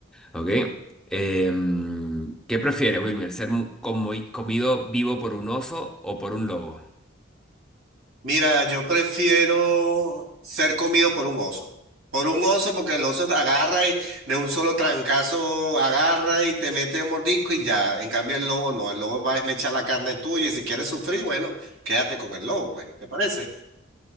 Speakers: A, in the centre; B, on the right.
A: ¿Ok? Em, ¿qué prefieres, Wilmer? ¿Ser mu- comi- comido vivo por un oso o por un lobo?
B: Mira, yo prefiero ser comido por un oso. Por un oso, porque el oso agarra y de un solo trancazo agarra y te mete un mordisco y ya. En cambio, el lobo no, el lobo va a esmechar la carne tuya y si quieres sufrir, bueno, quédate con el lobo, pues, ¿te parece?